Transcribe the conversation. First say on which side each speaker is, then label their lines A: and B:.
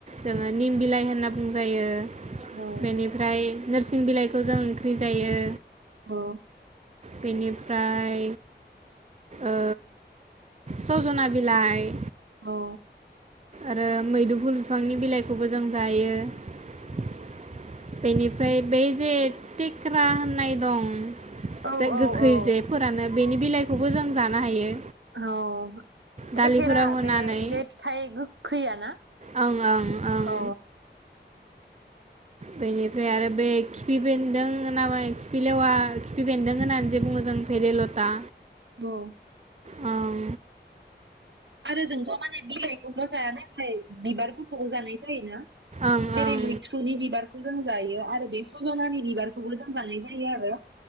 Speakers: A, on the right; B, on the right.
A: जोङो निम बिलाइ होनना बुंजायो।
B: औ
A: बेनिफ्राय,, नोरसिं बिलाइखौ जों ओंख्रि जायो।
B: औ
A: बिनिफ्राय ओ सजना बिलाइ।
B: औ
A: आरो मैदुफु बिफांनि बिलाइखौबो जों जायो। बेनिफ्राय बै जे थेख्रा होननाय दं -
B: औ
A: जो गोखै
B: औ
A: जे फोरानो बेनि बिलाइखौबो जों जानो हायो।
B: औ
A: दालिफोराव
B: थेखेरा
A: होनानै
B: बे जे फिथाइ गोखैयाना?
A: ओं ओं ओं
B: औ
A: बेनिफ्राय आरो बे खिफि बेन्दों नामा, खिफिलेवा खिफि बेन्दों होननानै जे बुङो, जों भेरेलथा
B: औ
A: ओं
B: आरो जोंथ' माने बिलाइखौल' जाया, नाथाय बिबार फोरखौबो जानाय जायोना?
A: ओं
B: जेरै
A: ओं
B: -मैथ्रुनि बिबारखौ जों जायो आरो बे सजनानि बिबारखौबो जों जानाय जायो आरो।